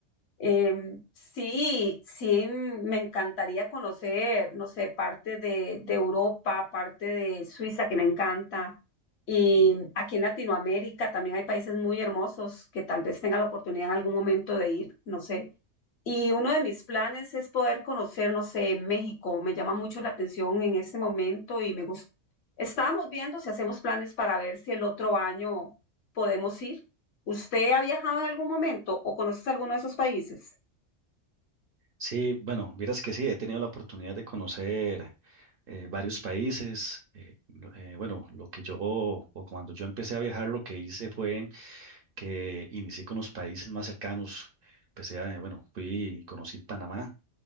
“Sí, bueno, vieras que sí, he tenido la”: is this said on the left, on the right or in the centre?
Right